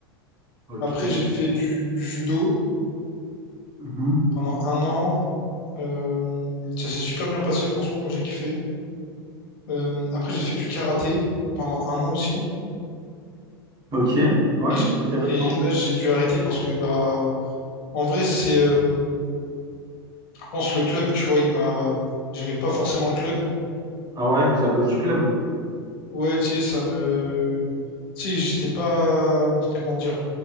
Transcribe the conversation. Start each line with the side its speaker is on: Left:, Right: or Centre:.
Right: Ok.
Left: Après j'ai fait du judo
Right: Mhm.
Left: pendant un an, Euh, ça s'est super bien passé, franchement moi j'ai kiffé. Euh, après j'ai fait du karaté pendant un an aussi,
Right: Ok. Ouais.
Left: et j'ai
Right: Intéressant.
Left: et là j'ai dû arrêter parce que bah en vrai c'est, euh, je pense le club, tu vois, il m'a, j'aimais pas forcément le club.
Right: Ah ouais, c'est à cause du club.
Left: Ouais, tu sais, ça me... Tu sais, j'étais pas... Comment dire?